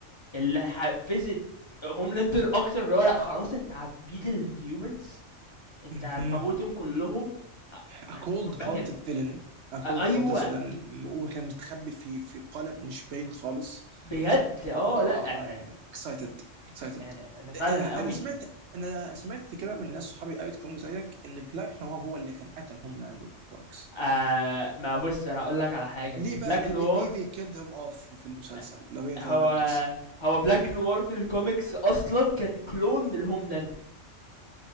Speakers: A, on the left (about 25°); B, on the right (about 70°).
A: اللي حفزت هوملاندر أكتر اللي هو لأ خلاص أنت هتبيد الهيومنز أنت
B: امم
A: هتموتهم كلهم أ-
B: A
A: أنا
B: cold
A: كنت منبهر
B: hearted villain A cold
A: أ- أيوه
B: hearted villain هو كان مستخبي في في قالب مش باين خالص
A: بجد آه
B: اه
A: لأ، آه،
B: مان اكسايتد اكسايتد
A: يعني أنا فعلًا أوي.
B: انا سمعت انا سمعت كده من ناس صحابي قريت كونج زيك ان بلاك نوار هو اللي كان قتل هوم لاندو في الكوميكس
A: آآ ما بُص أنا هاقول لك على حاجة، إن
B: ليه بقى
A: Black
B: ليه
A: Noir
B: ليه ليه they killed him off في المسلسل
A: أ
B: لو هي فعلا
A: هو
B: ده القصه
A: هو Black Noir في الcomics أصلًا كان clone من Homelander